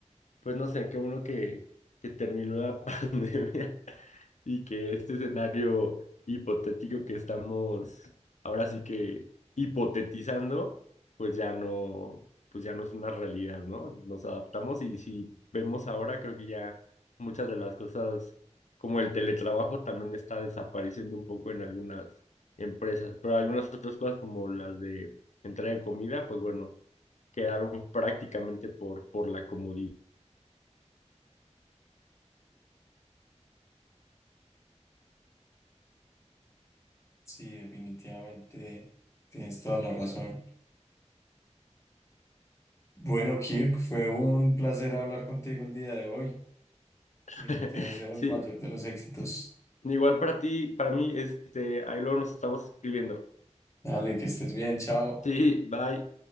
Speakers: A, on the left (about 75°); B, on the left (about 25°).
A: Pues no sé, qué bueno que, que terminó la <laughs> pandemia y que este escenario hipotético que estamos ahora sí que hipotetizando, pues ya no, pues ya no es una realidad, ¿no? Nos adaptamos y si vemos ahora, creo que ya muchas de las cosas, como el teletrabajo, también está desapareciendo un poco en algunas empresas, pero algunas otras cosas como las de entrega de comida, pues bueno, quedaron prácticamente por, por la comodidad.
B: Sí, definitivamente tienes toda la razón. Bueno, Kirk, fue un placer hablar contigo el día de hoy.
A: <laughs>
B: Eh, te deseo
A: Sí,
B: el mayor de los éxitos.
A: igual para ti, para mí, este, ahí luego nos estamos escribiendo.
B: Dale, que estés bien, chao.
A: Sí, bye.